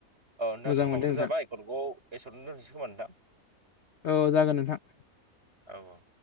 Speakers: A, on the right (about 45°); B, on the left (about 55°).
A: औ नोंथां
B: मोजां
A: समाबोथ'
B: मोनदों नोंथां
A: जाबाय फनखौ एसेआवनो दोनथ'नोसै खोमा नोंथां।
B: औ नोंथां
A: औ औ